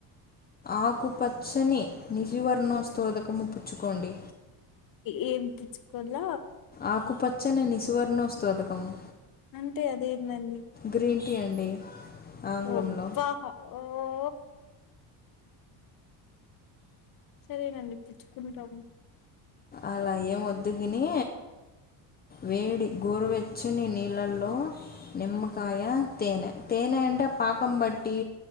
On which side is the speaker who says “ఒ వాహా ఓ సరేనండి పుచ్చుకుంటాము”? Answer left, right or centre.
Left